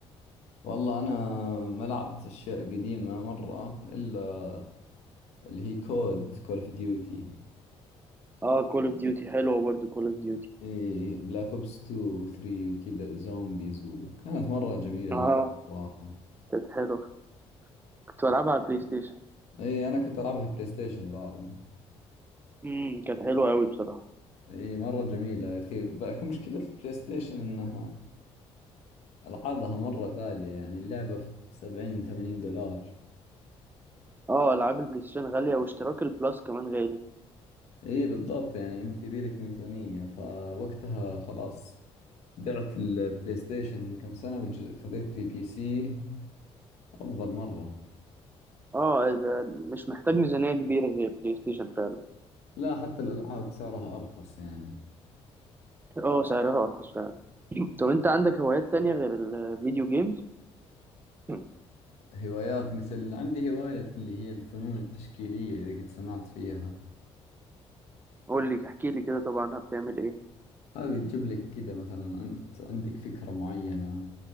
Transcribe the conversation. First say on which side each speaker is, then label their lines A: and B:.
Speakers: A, on the left (about 75°); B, on the right (about 20°).
A: والله أنا ما لعبت أشياء قديمة مرة إلا اللي هي كود كول أوف ديوتي
B: اه كول اوف ديوتي حلوة برضه كول اوف ديوتي
A: إيه بلاك أوبس 2 و 3 وكذا وزومبيز وكانت مرة جميلة
B: اه
A: اللعبة صراحة
B: كانت حلوة كنت بلعبها على البلاي ستيشن
A: إيه أنا كنت ألعبها بلاي ستيشن بعد
B: امم كانت حلوة قوي بصراحة
A: اي مرة جميلة يا اخي لكن مشكلة البلاي ستيشن انها العابها مرة غالية يعني اللعبة في سبعين ثمانين دولار
B: اه العاب البلاي ستيشن غالية واشتراك البلس كمان غالي
A: اي بالضبط يعني انت يبيلك ميزانية فوقتها خلاص بعت البلاي ستيشن من كم سنة وخذيت لي بي سي افضل مرة
B: اه يبقى مش محتاج ميزانية كبيرة زي البلاي ستيشن فعلا
A: لا حتى الالعاب سعرها ارخص يعني
B: اه سعرها ارخص فعلا طب انت عندك هوايات تانية غير الفيديو جيمز <clears throat>
A: هوايات مثل عندي هواية اللي هي الفنون التشكيلية اذا قد سمعت فيها
B: قول لي احكي لي كده طبعا بتعمل ايه
A: هذه تجيب لك كذا مثلا أنت عندك فكرة معينة